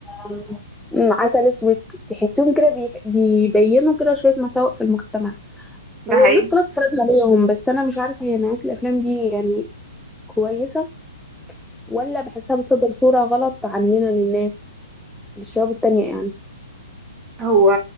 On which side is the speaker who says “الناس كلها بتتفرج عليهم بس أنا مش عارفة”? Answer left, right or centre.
Centre